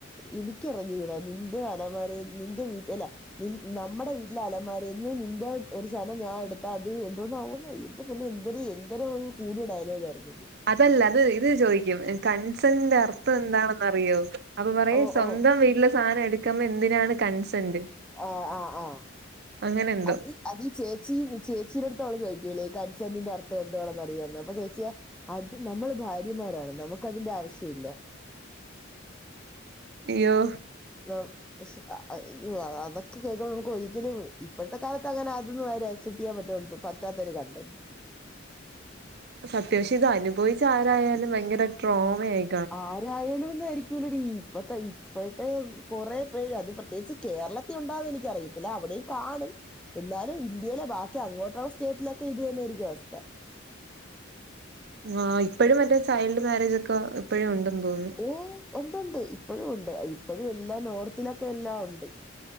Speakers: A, in the centre; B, on the right (about 55°).
A: എനിക്കറിഞ്ഞുടാ നിന്റെ അലമാര നിന്റെ വീട്ടി നി നമ്മടെ വീട്ടിലെ അലമാരേന്ന് നിന്റെ ഒരു സാധനം ഞാൻ എടുത്താ അത് എന്തോന്ന ആകുമന്ന് അയ്യോ ഓ പിന്നെ എന്ത എന്തേരം ഒരു കൂടിയ ഡയലോഗ് ആയിരുന്നത്.
B: അതല്ല അത് ഇത് ചോദിക്കും കൺസന്റെ അർത്ഥം എന്താണെന്നറിയോ? അപ്പൊ പറയും
A: ഓ
B: സ്വന്തം
A: ഓ
B: വീട്ടിലെ സാധനം എടുക്കുമ്പ എന്തിനാണ് കൺസെന്റ്
A: ആഹ് ആഹ് ആഹ്
B: അങ്ങനെ എന്തോ
A: അത് അത് ഈ ചേച്ചി ചേച്ചീടടുത്ത അവള ചോദിക്കൂലേ ഈ കൺസെന്റിന്റെ അർത്ഥ എന്തോണാണ് അറിയാന്ന് അപ്പൊ ചേച്ചിയാ അത് നമ്മൾ ഭാര്യമാരാണ് നമുക്കതിന്റെ ആവശ്യം ഇല്ല
B: യോ
A: <unintelligible> <unintelligible> അതൊക്കെ കേൾക്ക്പോ നമുക്ക് ഒരിക്കലും ഇപ്പോഴത്തെ കാലത്ത് അങ്ങനെ അതൊന്നും ആര ആക്സെപ്റ്റ് ചെയ്യാൻ പറ്റത്ത പ റ്റത്തൊര കണ്ടന്റെ
B: അത്യവശം ഇത് അനുഭവിച്ച ആരായാലും ഭയങ്കര ട്രോമ ആയി
A: ആരായാലും ന്നായിരിക്കൂലടി ഇപ്പത്തെ ഇപ്പോഴത്തെ കൊറെ പേര് അത് പ്രത്യേകിച്ച് കേരളത്തിൽ ഉണ്ടാന്ന് എനിക്കറിയത്തില്ല അവിടെയും കാണും എന്നാലും ഇന്ത്യയിലെ ബാക്കി അങ്ങോട്ടുള്ള സ്റ്റേറ്റിലൊക്കെ ഇത് തന്നെയായിരിക്കും അവസ്ഥ
B: ആഹ് ഇപ്പഴും മറ്റേ ചൈൽഡ് മാരേജക്കെ ഇപ്പഴും ഉണ്ടെന്ന് തോന്നുന്നു.
A: ഓ ഉണ്ട്ണ്ട് ഇപ്പോഴും ഉണ്ട് ഇപ്പോഴും എല്ലാം നോർത്തിലൊക്കെ എല്ലാം ഉണ്ട്